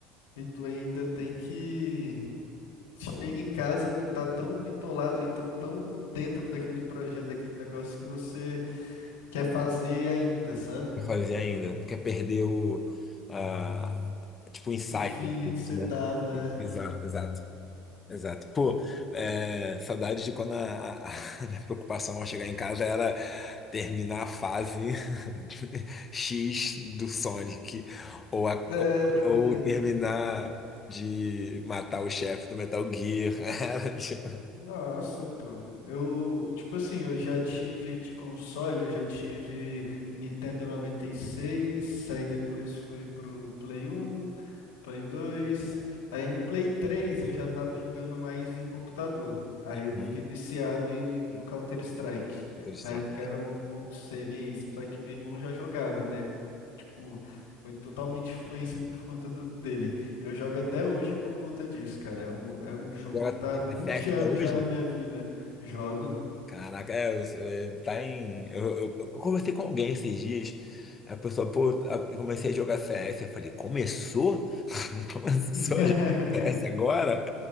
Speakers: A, on the left; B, on the left.
A: e tu ainda tem que. Chega em casa, tu tá tão bitolado, ou então tão dentro daquele projeto, daquele negócio que você quer fazer ainda, sabe?
B: Quer fazer ainda. Não quer perder o, ah, tipo, o insight,
A: O feeling
B: deles,
A: que você
B: né?
A: tava.
B: Exato, exato. Exato. Pô, é, saudade de quando a, a- <laughs> a minha preocupação ao chegar em casa era terminar a fase <laughs> X do Sonic, ou, a-
A: Era,
B: ou
A: velho.
B: terminar de matar o chefe do Metal Gear. <laughs> Era, tipo,
A: Nossa, pô. Eu, tipo assim, eu já tive de console, eu já tive Nintendo 96 aí depois fui pro Play 1, Play 2. Aí no Play 3 eu já tava jogando mais em computador. Aí
B: Uhum.
A: eu fiquei viciado em, no Counter-Strike.
B: Outra história.
A: Na época era 1.6, só que meu irmão já jogava, né? Tipo, foi totalmente influência por conta do, dele. E Eu jogo até hoje por conta disso, cara. É um, é um jogo
B: Agora,
A: que tá
B: é
A: há 20
B: reflexo até
A: anos
B: hoje?
A: já na minha vida. Jogo.
B: Caraca, é, eu- é, tá em. Eu, eu, eu conversei com alguém esses dias. A pessoa, pô, a- eu comecei a jogar CS. Eu falei, começou? <laughs> Começou
A: <laughs>
B: a jogar CS agora?